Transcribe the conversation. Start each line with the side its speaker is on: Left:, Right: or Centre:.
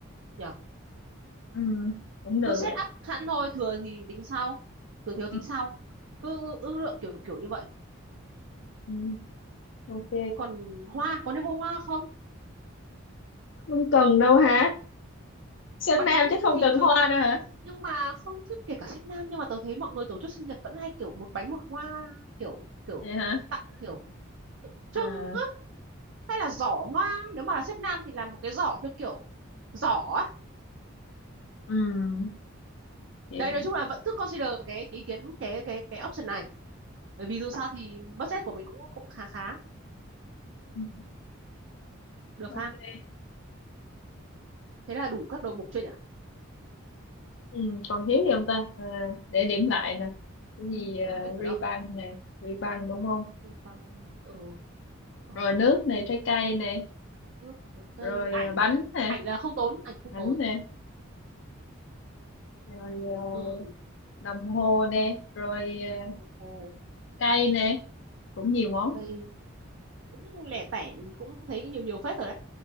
Right: nhỉ
Left: ừ, cũng được
Right: cứ set
Left: rồi
Right: up sẵn thôi thừa thì tính sau thừa thiếu
Left: ừ,
Right: tính sau cứ ước lượng kiểu kiểu như vậy
Left: ừ, ok
Right: còn hoa có nên mua hoa không
Left: không cần đâu hả sinh
Right: bánh
Left: nam chứ không
Right: thì
Left: cần
Right: thường
Left: hoa nữa hả
Right: nhưng mà không chứ kể cả sếp nam nhưng mà tớ thấy mọi người tổ chức sinh nhật vẫn hay kiểu một bánh một hoa kiểu kiểu
Left: vậy hả
Right: tặng kiểu trưng
Left: à
Right: á hay là giỏ hoa nếu mà là sếp nam thì làm một cái giỏ theo kiểu giỏ á
Left: ừm, vậy
Right: đấy
Left: cũng
Right: nói chung
Left: được.
Right: là vẫn cứ consider cái, cái ý kiến cái cái cái option này bởi vì dù sao thì budget của mình cũng cũng khá khá
Left: Ừm,
Right: được
Left: ok
Right: ha thế là đủ các đầu mục chưa nhỉ
Left: Ừm, còn thiếu gì không ta Ờ, để điểm lại nè cái gì
Right: cũng đủ hết
Left: uh,
Right: rồi
Left: ri
Right: đó
Left: băng nè ri băng đúng không
Right: bằng ờ ờ
Left: rồi nước nè trái cây nè
Right: nước trái cây
Left: rồi
Right: ảnh
Left: ờ, bánh nè
Right: ảnh là không tốn ảnh không
Left: bánh
Right: tốn
Left: nè rồi ờ,
Right: ừ
Left: đồng hồ nè rồi ờ,
Right: đồng hồ
Left: cây nè cũng nhiều món
Right: cây cũng lẻ tẻ cũng thấy nhiều nhiều phết rồi đấy